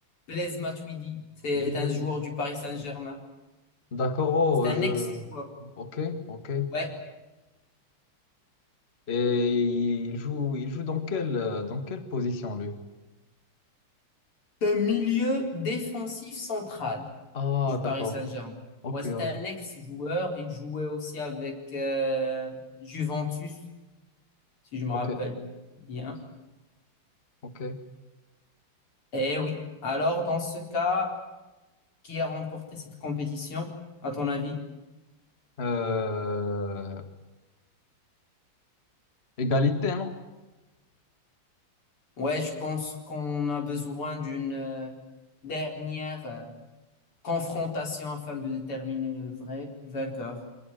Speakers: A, on the left; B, on the left.
A: Blaise Matuidi. C'est
B: Blaise,
A: un joueur
B: non.
A: du Paris Saint-Germain.
B: D'accord, oh,
A: C'est un
B: je...
A: ex-joueur.
B: Ok, ok.
A: Ouais,
B: Et il joue, il joue dans quelle, euh, dans quelle position, lui?
A: C'est un milieu défensif central
B: Ah,
A: du Paris
B: d'accord.
A: Saint-Germain.
B: Ok,
A: Moi, c'est
B: ok,
A: un ex-joueur. Il jouait aussi avec euh, Juventus, si je me
B: ok,
A: rappelle bien.
B: ok.
A: Eh oui. Alors, dans ce cas, qui a remporté cette compétition, à ton avis?
B: Euh, Égalité, non?
A: Ouais, je pense qu'on a besoin d'une euh, dernière euh, confrontation afin de déterminer le vrai vainqueur.